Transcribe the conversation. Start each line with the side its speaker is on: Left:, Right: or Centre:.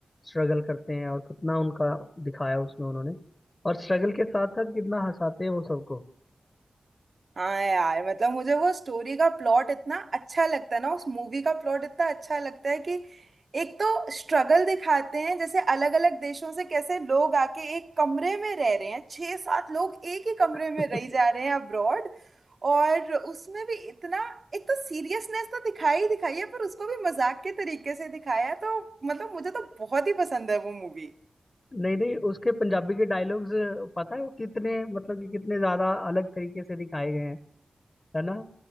Left: स्ट्रगल करते हैं और कितना उनका दिखाया उसमें उन्होंने और स्ट्रगल के साथ साथ कितना हंसाते हैं वो सबको
Right: हाँ यार मतलब मुझे वो स्टोरी का प्लॉट इतना अच्छा लगता है ना उस मूवी का प्लॉट इतना अच्छा लगता है कि एक तो स्ट्रगल दिखाते हैं जैसे अलग अलग देशों से कैसे लोग आके एक कमरे में रह रहे हैं छह सात लोग एक ही कमरे
Left: <laughs>
Right: में रह जा रहे हैं अब्रॉड और उसमें भी इतना एक तो सीरियसनेस तो दिखाई ही दिखाई है पर उसको भी मजाक के तरीके से दिखाया है तो मतलब मुझे तो बहुत ही पसंद है वो मूवी
Left: नहीं नहीं उसके पंजाबी के डायलॉग्स पता है वो कितने मतलब कि कितने ज्यादा अलग तरीके से दिखाए गए हैं है ना